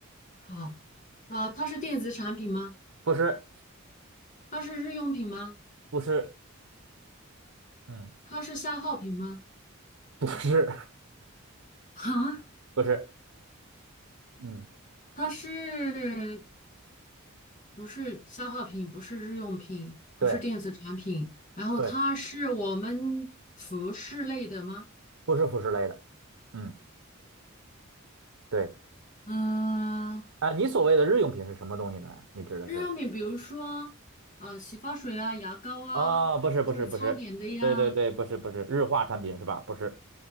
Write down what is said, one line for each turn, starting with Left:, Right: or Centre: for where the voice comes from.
Left: 好，呃，它是电子产品吗？
Right: 不是
Left: 它是日用品吗？
Right: 不是，嗯，
Left: 它是消耗品吗？
Right: 不是
Left: 啊，
Right: <laughs> 不是，嗯，
Left: 它是不是消耗品，不是日用品，不是电子产品，
Right: 对。
Left: 然后它是我们
Right: 对
Left: 服饰类的吗？
Right: 不是服饰类的，嗯，对，
Left: 嗯、
Right: 啊，你所谓的日用品是什么东西呢？你指的是？
Left: 日用品，比如说呃洗发水啊、牙膏啊，
Right: 啊，不是，不是，
Left: 就是擦脸的呀。
Right: 不是，对对对，不是，不是日化产品是吧？不是，